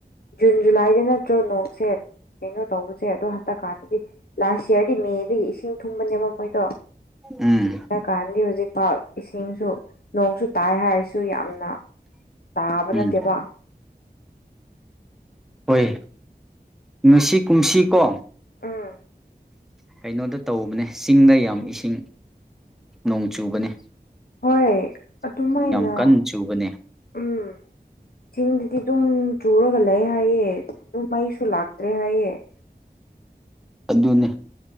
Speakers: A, on the left; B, in the centre.
A: ꯖꯨꯟ ꯖꯨꯂꯥꯏꯗ ꯅꯠꯇ꯭ꯔꯣ ꯅꯣꯡ ꯁꯦꯠ ꯀꯩꯅꯣ ꯇꯧꯕꯁꯦ ꯑꯗꯣ ꯍꯟꯗꯛ ꯀꯥꯟꯗꯗꯤ ꯂꯥꯁ ꯏꯌꯥꯔꯗꯤ ꯃꯦꯗꯒꯤ ꯏꯁꯤꯡ ꯊꯨꯝꯕꯅꯦꯕ ꯃꯣꯏꯗꯣ
B: ꯎꯝ
A: ꯍꯥꯏꯀꯥꯟꯥꯟꯗꯤ ꯍꯧꯖꯤꯛꯐꯥꯎ ꯏꯁꯤꯡꯁꯨ ꯅꯣꯡꯁꯨ ꯇꯥꯏ ꯍꯥꯏꯔꯁꯨ ꯌꯥꯝꯅ ꯇꯥꯕ
B: ꯎꯝ
A: ꯅꯠꯇꯦꯕ
B: ꯍꯣꯏ ꯉꯁꯤ ꯀꯨꯝꯁꯤꯀꯣ
A: ꯎꯝ
B: ꯀꯩꯅꯣꯗ ꯇꯧꯕꯅꯦ ꯆꯤꯡꯗ ꯌꯥꯝ ꯏꯁꯤꯡ ꯅꯣꯡ ꯆꯨꯕꯅꯤ
A: ꯍꯣꯏ ꯑꯗꯨꯃꯥꯏꯅ
B: ꯀꯟꯅ ꯆꯨꯕꯅꯦ
A: ꯎꯝ ꯊꯗꯗꯤ ꯇꯨꯝ ꯆꯨꯔ ꯑꯣꯏꯒꯂ ꯍꯥꯏꯌꯦꯦ ꯑꯗꯨꯃꯩꯁꯨ ꯂꯥꯛꯇ꯭ꯔꯦ ꯍꯥꯏꯌꯦ
B: ꯑꯗꯨꯅꯤ